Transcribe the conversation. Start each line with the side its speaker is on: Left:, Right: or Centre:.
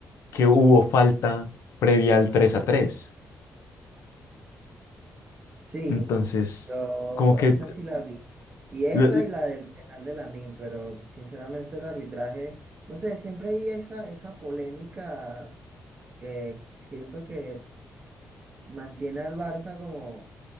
Left: que hubo falta previa al 3 a tres
Right: Sí,
Left: Entonces,
Right: yo
Left: como que
Right: esa sí la vi. Y esa
Left: si
Right: y la del penal de Lamine, pero sinceramente el arbitraje, no sé, siempre hay esa, esa polémica que siento que mantiene al Barça como